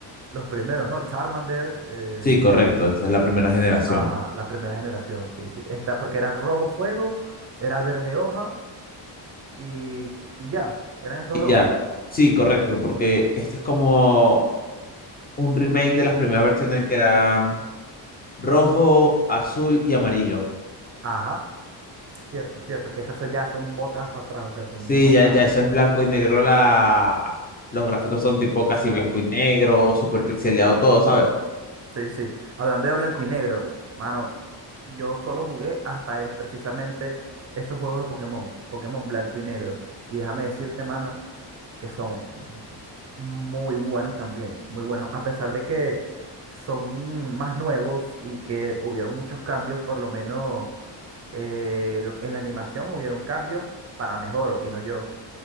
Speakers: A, on the right; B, on the left.
A: los primeros, ¿no? Charmander, eh,
B: Sí, correcto. Esta es la primera generación.
A: ajá, la primera generación, sí, sí. Esta, porque era Rojo Fuego, era Verde Hoja y, y ya, eran esos
B: Y
A: dos.
B: ya, sí, correcto. Porque este es como un remake de las primeras versiones que eran rojo, azul y amarillo.
A: Ajá, cierto, cierto, que esas son- ya son botas para atrás, o sea, son
B: Sí,
A: mu-
B: ya,
A: más
B: ya eso es blanco y negro. La... Los gráficos son tipo casi blanco y negro, super pixeleado todo, ¿sabes?
A: Sí, sí. Hablando de blanco y negro, mano, yo solo jugué hasta eh, precisamente esos juegos de Pokémon, Pokémon blanco y negro. Y déjame decirte, mano, que son muy buenos también, muy buenos. A pesar de que son más nuevos y que hubieron muchos cambios, por lo menos eh, lo- en la animación hubieron cambios para mejor, opino yo.